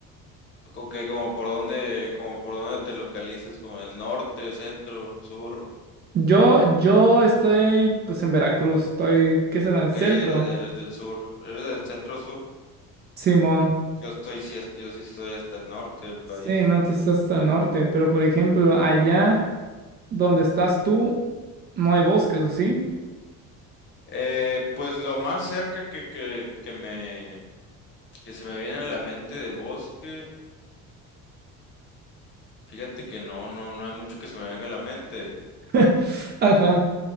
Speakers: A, on the left (about 40°); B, on the right (about 35°).
A: ¿Con qué? ¿Como por dónde, como por dónde te localizas? ¿Como el norte, centro, sur?
B: Yo, yo estoy pues en Veracruz, estoy, ¿qué será?
A: Ok,
B: El centro,
A: eres, eres del sur. ¿Eres del centro sur?
B: Simón.
A: Yo estoy, sí, hasta- yo sí estoy hasta el norte del país.
B: Sí, no, tú estás hasta el norte, pero por ejemplo, allá donde estás tú, no hay bosques, ¿o sí?
A: Eh, pues lo más cerca que, que, que me, que se me viene a la mente de bosque. Fíjate que no, no, no hay mucho que se me venga a la mente,
B: <laughs> Ajá.